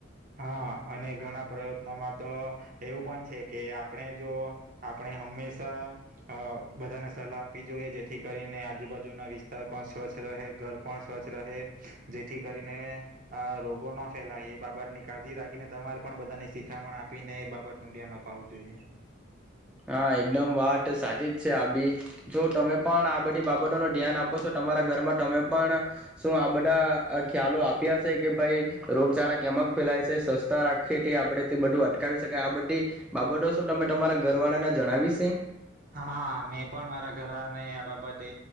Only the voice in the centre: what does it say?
હા એકદમ વાત સાચી જ છે આ બી જો તમે પણ આ બધી બાબતો ન ધ્યાન આપો છો તમારા ઘરમાં તમે પણ શું આ બધા ખ્યાલો આપ્યા છે કે ભાઈ રોગચાળા કેમક ફેલાય છે સસ્તા રાખેથી આપડે થી બધું અટકાવી શકાય આ બધી બાબતો શું તમે તમારા. ગરવાડા ના જણાવી છે.